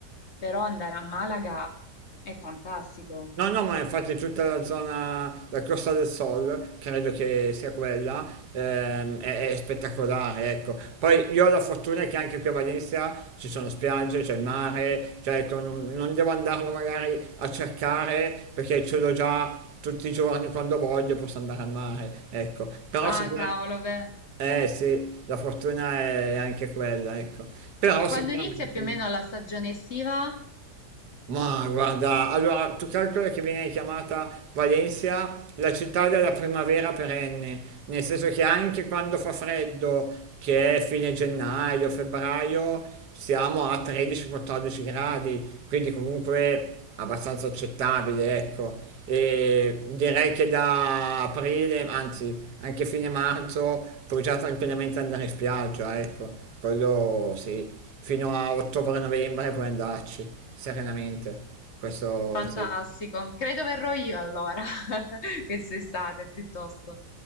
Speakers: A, on the left (about 40°); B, on the right (about 70°).
A: però andare a Malaga è fantastico.
B: No, no, ma infatti tutta la zona, la Costa del Sol, credo che sia quella, ehm, è, è spettacolare, ecco. Poi io ho la fortuna che anche qui a Valencia ci sono spiagge, c'è il mare, cioè ecco, non, non devo andarlo magari a cercare perché ce l'ho già tutti i giorni quando voglio posso andare al mare, ecco. Però
A: Ah,
B: sicuramente...
A: cavolo, beh.
B: Eh sì, la fortuna è anche quella, ecco. Però
A: E
B: sicuramente.
A: quando inizia più o meno la stagione estiva?
B: Ma guarda, allora tu calcola che viene chiamata Valencia la città della primavera perenne, nel senso che anche quando fa freddo, che è fine gennaio, febbraio, siamo a 13-14 gradi, quindi comunque abbastanza accettabile, ecco. E direi che da aprile, anzi anche fine marzo, puoi già tranquillamente andare in spiaggia, ecco. Quello sì, fino a ottobre-novembre puoi andarci serenamente. Questo
A: Fantastico,
B: sì.
A: credo verrò io allora, <laughs> quest'estate piuttosto.